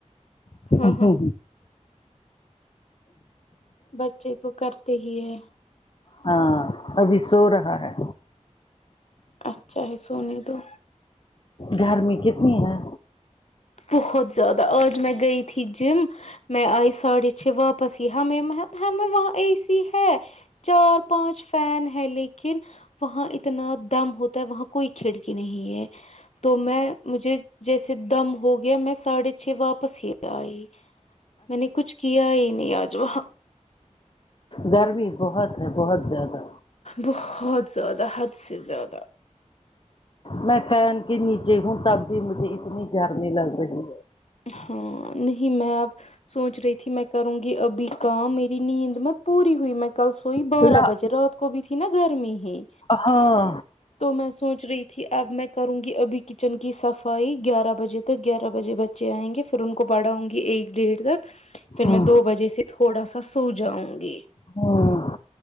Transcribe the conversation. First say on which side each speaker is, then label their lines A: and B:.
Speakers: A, on the left; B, on the left.
A: <inaudible>
B: ہاں ہاں بچے تو کرتے ہی ہے
A: ہاں ابھی سو رہا ہے
B: اچھا ہی سونے دو
A: گھر میں کتنی ہے
B: بہت زیادہ آج میں گئی تھی جم میں آئی ساڑھے چھ واپس یہ ہ ہمم ہمیں وہاں اے سی ہے چار پانچ فیان ہے لیکن وہاں اتنا دم ہوتا ہے وہاں کوئی کھڑکی نہیں ہے تو میں مجھے جیسے دم ہو گیا میں ساڑھے چھ واپس ہی آئی میں نے کچھ کیا ہی نہیں آج وہاں
A: گرمی بہت ہے بہت زیادہ
B: بہت زیادہ حد سے زیادہ
A: میں فیان کے نیچے ہوں تب بھی مجھے اتنی گرمی لگ رہی ہے
B: ہاں نہیں میں اب سوچ رہی تھی میں کروں گی ابھی کام میری نیند میں پوری ہوئی میں کل سوئی
A: ہے
B: بارہ بجے رات کو بھی تھی نا گرمی ہی
A: ہاں
B: تو میں سوچ رہی تھی اب میں کروں گی ابھی کچن کی صفائی گیارہ بجے تک گیارہ بجے بچ بچے آئیں گے پھر ان کو پڑھا ہوں گی ایک ڈیڑھ تک پھر
A: ہ
B: میں دو بجے سے تھوڑا سا سو جاؤں گی
A: ہوں